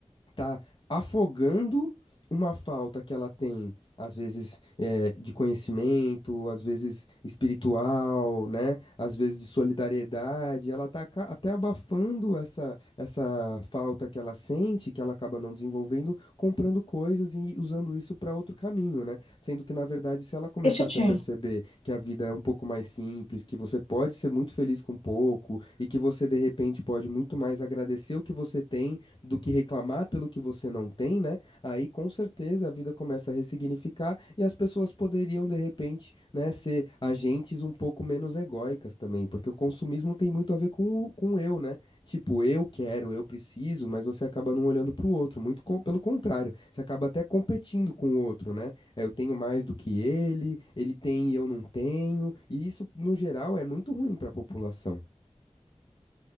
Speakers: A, on the left (about 45°); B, on the left (about 70°).
A: tá afogando uma falta que ela tem, às vezes eh, de conhecimento, às vezes espiritual, né? Às vezes de solidariedade. Ela tá aca- até abafando essa, essa falta que ela sente, que ela acaba não desenvolvendo, comprando coisas e usando isso para outro caminho, né? Sendo que, na verdade, se ela começasse
B: Deixa eu te
A: a perceber que a vida é um pouco mais simples, que você pode ser muito feliz com pouco e que você, de repente, pode muito mais agradecer o que você tem do que reclamar pelo que você não tem, né? Aí com certeza a vida começa a ressignificar e as pessoas poderiam, de repente, né, ser agentes um pouco menos egóicas também, porque o consumismo tem muito a ver com o, com o eu, né? Tipo, eu quero, eu preciso, mas você acaba não olhando para o outro, muito co- pelo contrário, você acaba até competindo com o outro, né? É, Eu tenho mais do que ele, ele tem e eu não tenho, e isso, no geral, é muito ruim para a população.